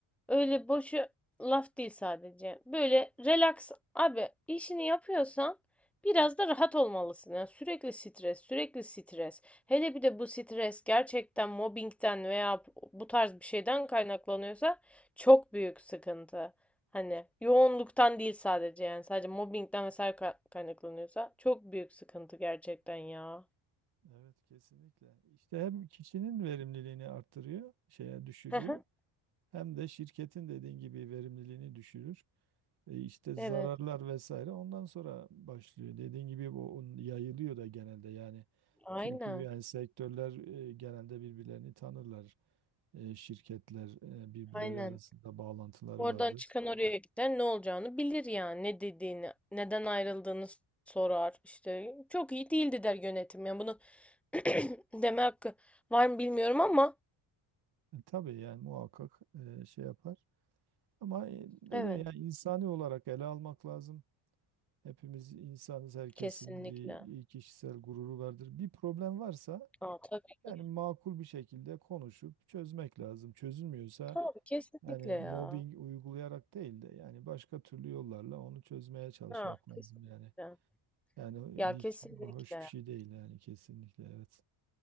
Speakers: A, in the centre; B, on the right (about 50°).
A: öyle boşu laf değil sadece. Böyle relax abi işini yapıyorsan biraz da rahat olmalısın. Yani sürekli stres, sürekli stres. Hele bir de bu stres gerçekten mobbingden veya bu tarz bir şeyden kaynaklanıyorsa çok büyük sıkıntı. Hani yoğunluktan değil sadece yani sadece mobbingden vesaire ka- kaynaklanıyorsa çok büyük sıkıntı gerçekten ya.
B: Evet kesinlikle. İşte hem kişinin verimliliğini arttırıyor, şeye düşürüyor.
A: Hı hı.
B: Hem de şirketin dediğin gibi verimliliğini düşürür. E işte zararlar
A: Evet.
B: vesaire ondan sonra başlıyor. Dediğin gibi bu onun yayılıyor da genelde yani.
A: Aynen.
B: Çünkü yani sektörler e, genelde birbirlerini tanırlar. e, şirketler e, birbirleri
A: Aynen.
B: arasında bağlantıları
A: Oradan
B: vardır.
A: çıkan oraya gider ne olacağını bilir yani ne dediğini, neden ayrıldığını s- sorar. İşte çok iyi değildi der yönetim. Yani bunu <clears throat> deme hakkı var mı bilmiyorum ama
B: E, tabii yani muhakkak e, şey yapar. Ama e, dedim
A: evet
B: ya insani olarak ele almak lazım. Hepimiz insanız, herkesin
A: kesinlikle.
B: bir kişisel gururu vardır. Bir problem varsa
A: Aa, tabii.
B: yani makul bir şekilde konuşup çözmek lazım. Çözülmüyorsa
A: Tabii kesinlikle
B: yani
A: ya.
B: mobbing uygulayarak değil de yani başka türlü yollarla onu çözmeye çalışmak
A: Ha,
B: lazım
A: kesinlikle.
B: yani. Yani
A: Ya
B: hiç
A: kesinlikle.
B: hoş bir şey değil yani kesinlikle evet.